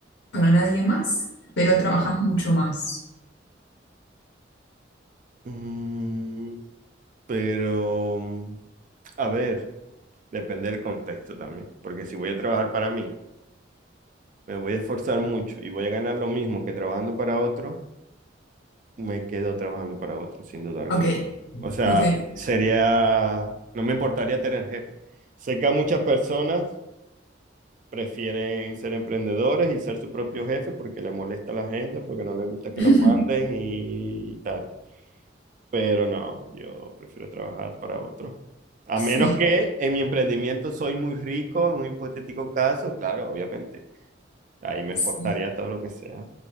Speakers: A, on the left (about 75°); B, on the right (about 45°).
A: para nadie más, pero trabajas mucho más.
B: Mm, pero, mm, a ver, depende del contexto también, porque si voy a trabajar para mí, me voy a esforzar mucho y voy a ganar lo mismo que trabajando para otro, me quedo trabajando para otro, sin duda alguna.
A: Ok,
B: O sea,
A: ok.
B: sería, no me importaría tener jefe. Sé que a muchas personas prefieren ser emprendedores y ser su propio jefe porque le molesta a la gente, porque no les gusta que
A: <laughs>
B: los manden y tal. pero no, yo prefiero trabajar para otro. A
A: Sí,
B: menos que en mi emprendimiento soy muy rico, en un hipotético caso, claro, obviamente. Ahí me
A: sí.
B: esforzaría todo lo que sea.